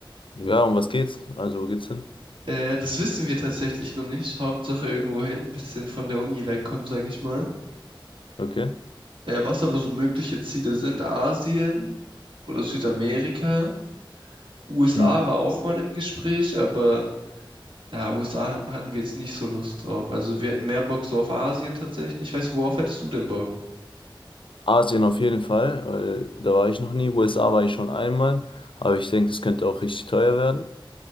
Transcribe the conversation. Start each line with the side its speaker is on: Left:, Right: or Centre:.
Left: Ja, um was geht's? Also, wo geht's hin?
Right: Äh, das wissen wir tatsächlich noch nicht. Hauptsache irgendwo hin, bisschen von der Uni wegkommen, sag ich mal.
Left: Okay.
Right: Äh, was aber so mögliche Ziele sind, Asien oder Südamerika. USA
Left: Mhm.
Right: war auch mal im Gespräch, aber Da USA hatten wir jetzt nicht so Lust drauf. Also wir hatten mehr Bock so auf Asien tatsächlich. Ich weiß, worauf hättest du denn Bock?
Left: Asien auf jeden Fall, weil da war ich noch nie. USA war ich schon einmal, aber ich denke, das könnte auch richtig teuer werden.